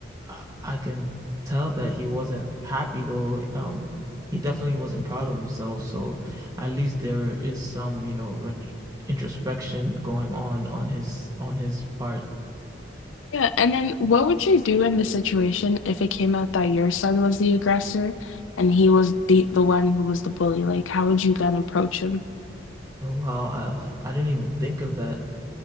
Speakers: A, on the right; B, on the left.
A: I, I can tell that he wasn't happy though. Um, he definitely wasn't proud of himself. So at least there is some, you know, ret introspection going on on his on his part.
B: Yeah. And then what would you do in the situation if it came out that your son was the aggressor and he was the the one who was the bully? Like, how would you then approach him?
A: Wow, uh, I didn't even think of that.